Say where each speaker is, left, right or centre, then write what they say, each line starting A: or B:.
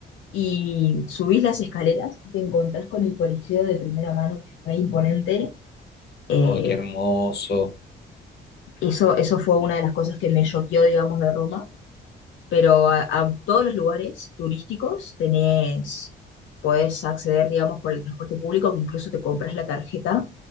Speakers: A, on the left (about 75°); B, on the left (about 55°).
A: y subís las escaleras y te encontrás con el Coliseo de primera mano, que es re imponente. Eh,
B: Oh, qué hermoso.
A: eso, eso fue una de las cosas que me choqueó, digamos, de Roma pero a, a todos los lugares turísticos tenés, podés acceder, digamos, por el transporte público, que incluso te compras la tarjeta